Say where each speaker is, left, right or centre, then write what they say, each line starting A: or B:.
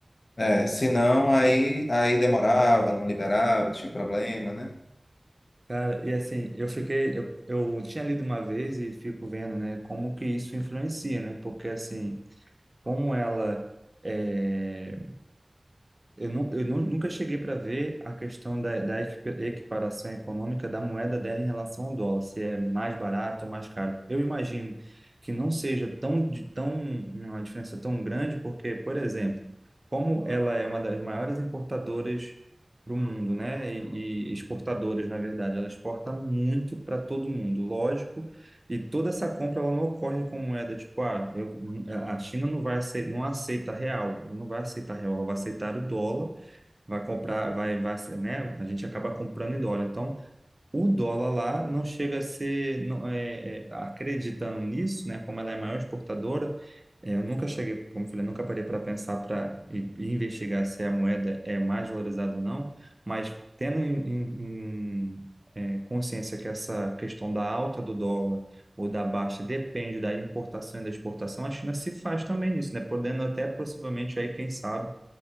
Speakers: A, on the left; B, on the right.
A: é, senão aí, aí demorava, não liberava, tinha problema, né?
B: Cara, e assim, eu fiquei, eu, eu tinha lido uma vez e fico vendo, né, como que isso influencia, né? Porque assim, como ela é, Eu, nu, eu nu- nunca cheguei para ver a questão da, da equipa- equiparação econômica da moeda dela em relação ao dólar, se é mais barato ou mais caro. Eu imagino que não seja tão, de- tão uma diferença tão grande, porque, por exemplo, como ela é uma das maiores importadoras para o mundo, né? E, e exportadoras, na verdade, ela exporta muito para todo mundo. Lógico e toda essa compra ela não ocorre com moeda, tipo, ah, eu, a China não vai aceitar, não aceita real, ela não vai aceitar real, ela vai aceitar o dólar, vai comprar, vai, vai, né? A gente acaba comprando em dólar. Então, o dólar lá não chega a ser, não, é, é, acreditando nisso, né? Como ela é a maior exportadora, é, eu nunca cheguei, como eu falei, nunca parei para pensar para investigar se a moeda é mais valorizada ou não, mas tendo em, em- em, é, consciência que essa questão da alta do dólar ou da baixa depende da importação e da exportação, a China se faz também nisso, né? Podendo até possivelmente aí, quem sabe